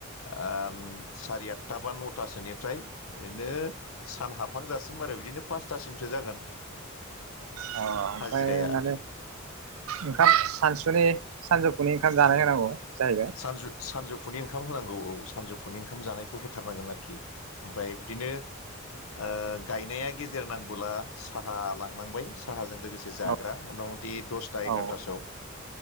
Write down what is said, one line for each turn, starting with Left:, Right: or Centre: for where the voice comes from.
Left: ओ सारि आठथा बा नथासोनिफ्राय ओरैनो सान हाबहां जासिम आरो बिदि बिनो पासथासिमसो जागोन।
Right: अ ओमफ्राय
Left: हाजिराया
Right: माने ओंखाम सानसु सुनि सानजौफु ओंखाम जानाय होनांगौ। जाहैबाय
Left: सानजु सानजौ फुनि ओंखाम होनांगौ औ सानजौफुनि ओंखाम जानायखौ होथारनांगोन आरोखि ओमफ्राय बिदिनो ओ गायनाया गेजेर नांबोला साहा लांनांबाय साहाजों लोगोसे जाग्रा
Right: औ
Left: मथा मथि दसथा
Right: औ
Left: एगार'थासोआव